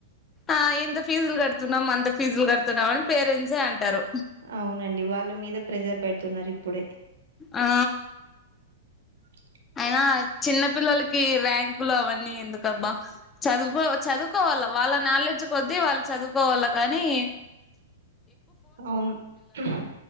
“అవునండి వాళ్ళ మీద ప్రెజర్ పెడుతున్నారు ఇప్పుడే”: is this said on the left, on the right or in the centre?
Right